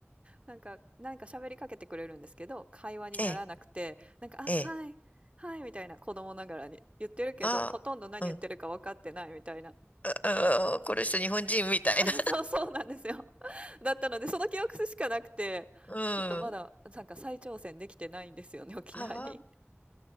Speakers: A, on the right; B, on the left.
A: なんかなんか喋りかけてくれるんですけど、会話にならなくて、
B: ええ、
A: なんか、「あ、
B: ええ、
A: はい、はい」みたいな、子供ながらに。言ってるけど、
B: ああ、
A: ほとんど何言ってるか分かってないみたいな。
B: うん、ああ、この人日本人みたいな。
A: <laughs> そうそうなんですよ。<laughs> だったので、その記憶しかなくて、
B: うん。
A: ちょっとまだ、なんか再挑戦できてないんですよね、沖縄に。
B: ああ、